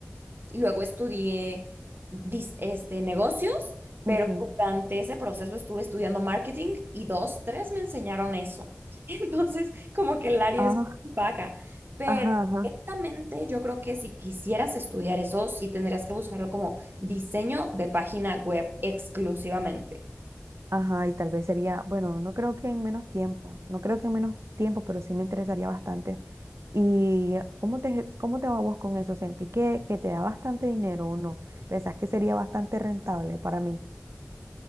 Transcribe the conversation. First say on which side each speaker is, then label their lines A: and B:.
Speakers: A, on the right; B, on the right.
A: Luego estudié dis- este, negocios, pero
B: Ujú.
A: durante ese proceso estuve estudiando marketing y dos, tres me enseñaron eso. <laughs> Entonces, como que el área
B: Ah,
A: es muy vaga, pero
B: ajá, ajá,
A: directamente yo creo que si quisieras estudiar eso, sí tendrías que buscarlo como diseño de página web exclusivamente.
B: ajá, y tal vez sería, bueno, no creo que en menos tiempo, no creo que en menos tiempo, pero sí me interesaría bastante. ¿Y eh, cómo te, cómo te va vos con eso? ¿Sentí que, que te da bastante dinero o no? ¿Pensás que sería bastante rentable para mí?